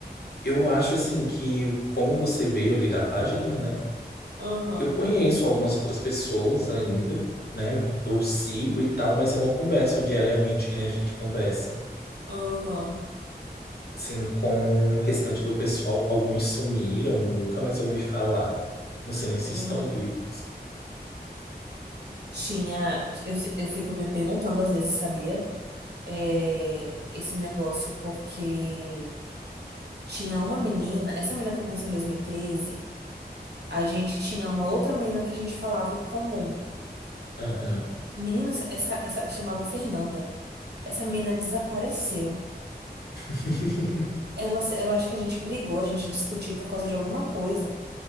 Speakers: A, on the left (about 70°); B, on the right (about 75°).
A: eu acho assim que como você veio ali da página, né?
B: Uhum,
A: Eu conheço algumas outras pessoas ainda, né? Eu sigo e tal, mas eu não converso diariamente, que nem a gente conversa.
B: uhum,
A: Assim, com o restante do pessoal, alguns sumiram, nunca mais ouvi falar. Não sei nem se
B: uhum.
A: estão vivos.
B: Tinha. Eu, se- eu fico me perguntando às vezes, sabia? É, esse negócio, porque tinha uma menina, essa menina que eu conheci em 2013 a gente tinha uma outra menina que a gente falava em comum.
A: Aham.
B: Menina, essa, essa, essa- chamava Fernanda. Essa menina desapareceu.
A: <laughs>
B: Ela, se- eu acho que a gente brigou, a gente discutiu por causa de alguma coisa.